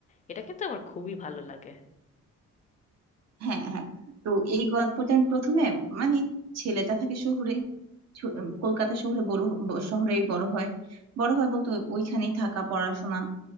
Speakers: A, on the left; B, on the right.
A: এটা কিন্তু আমার খুবই ভালো লাগে
B: হ্যাঁ হ্যাঁ তো এই গল্পটার প্রথমে মানে ছেলেটা থাকে শহুরে ছ- কলকাতা শহরে বড় হ- ব- শহরেই বড় হয় বড় হয় বলতে ওইখানেই থাকা পড়াশোনা